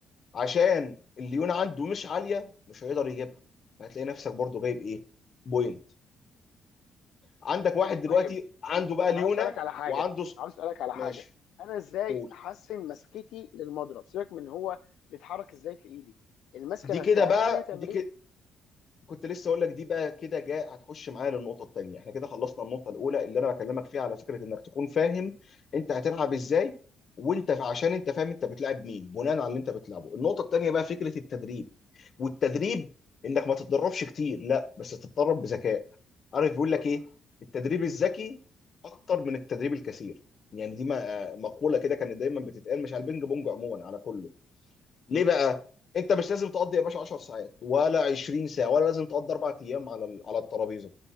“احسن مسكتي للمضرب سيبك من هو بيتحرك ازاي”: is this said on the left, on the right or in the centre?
Left